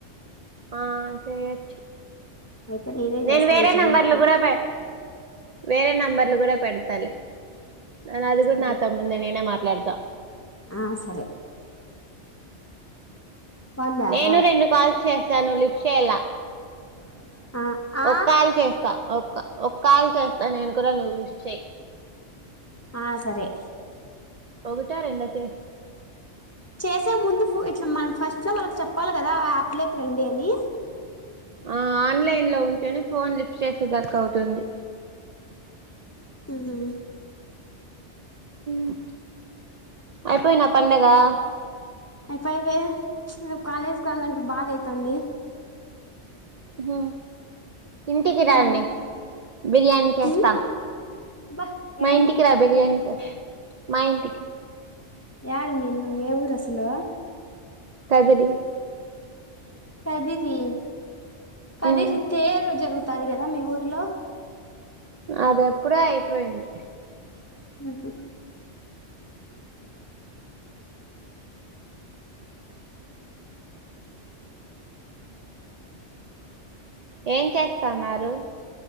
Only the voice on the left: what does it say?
అయితే నేనే
చేస్తాను
నువ్వు చెయ్యకు
సరే
ఆ సరే వందా
ఆ
<unintelligible> ఆ
ఆ సరే
చేసే ముందు ఫో ఇట్లా మనం ఫస్ట్ లో మనకు చెప్పాలి కదా ఆ అప్ లోకి రండి అని
ఉహు
అయిపోవే రేపు కాలేజ్కి వెళ్లాలంటే బాధ ఐతంది
మ్మ్
మ్మ్ అబ్బా యా
యడ మీది నువ్ ఏ ఊరు అసలు
కదిరీ కదిరీ
తేరు జరుగు కాదు కదా మీ ఊర్లో
ఉహ్మ్